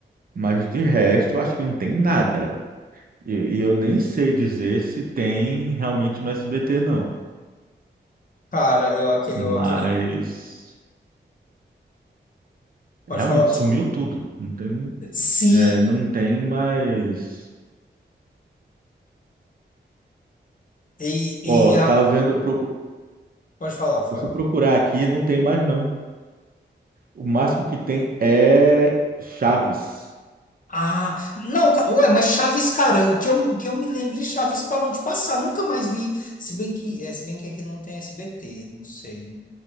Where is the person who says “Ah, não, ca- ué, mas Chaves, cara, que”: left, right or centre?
Left